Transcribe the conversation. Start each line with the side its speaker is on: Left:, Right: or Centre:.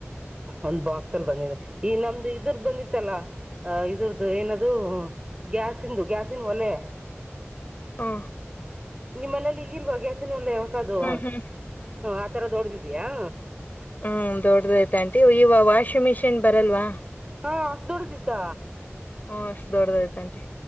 Right: ಒಂದ್ ಬಾಕ್ಸ್ ಅಲ್ಲಿ ಬಂದಿದೆ ಈ ನಮ್ದು ಇದ್ರದ ಬಂದಿತ್ತಲ್ಲಾ ಇದ್ರ್ದು ಏನಾದ ಗ್ಯಾಸ್ಂದು ಗ್ಯಾಾಸ ಇನ್ ಒಲೆ
Left: ಹಾ
Right: ನಿಮ್ಮನಲ್ಲಿ ಈಗಿಲ್ವ ಗ್ಯಾಸಿನ ಒಲ್ಲ ಹೊಸದು ಹ
Left: ಹ್ಮ್ ಹ್ಮ್
Right: ಆತರ ದೊಡ್ದಿದ್ಯಾಾ
Left: ಹ್ಮ್ ದೊಡ್ಡದೈತ ಆಂಟಿ ಇವ ವಾಷಿಂಗ್ ಮಿಷಿನ್ ಬರಲ್ವಾ
Right: ಹಾ ಅಷ್ಟ ದೊಡ್ಡದಿದ್ದ
Left: ಹ್ಮ್ ಅಷ್ಟ ದೊಡ್ಡದಾಯ್ತಂಟಿ